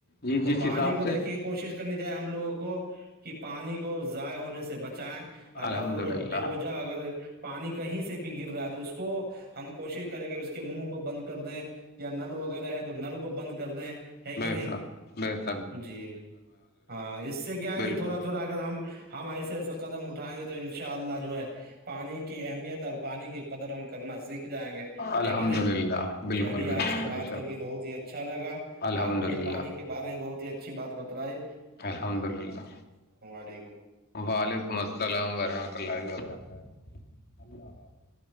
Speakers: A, on the left; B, on the right.
A: جی جس
B: پانی
A: حساب
B: کو
A: سے
B: دیکھیے کوشش کرنی چیے ہم لوگوں کو کہ پانی کو ضائع ہونے سے بچائیں اگر
A: الحمد للہ
B: بے وجہ اگر پانی کہیں سے بھی گر رہا ہے تو اس کو ہم کوشش کریں کہ اس کے منہ کو بند کر دیں یا نل وغیرہ ہے تو نل کو بند کر دیں ہے کہ
A: میںسا
B: نہیں
A: میںس
B: جی ہاں اس سے کیا ہے
A: بالکل
B: کہ تھوڑا تھوڑا اگر ہم ہم ایسے ایسے قدم اٹھائیں گے تو ان شاء اللہ جو ہے پانی کی اہمیت اور پانی کی قدر ہم کرنا سیکھ جائیں گے
A: الحمد
B: یک نہیں
A: للہ بالکل
B: چلیے آپ
A: بالکل
B: سے بات
A: بے شک
B: کر کے بہت ہی اچھا لگا
A: الحمد
B: آپ نے
A: للہ
B: پانی کے بار اچھی بات بت رہا ہے
A: الحمد اللہ
B: علیکم
A: وعلیکم السلام وورحمۃ اللہ وبرکاتہ اللہ حافظ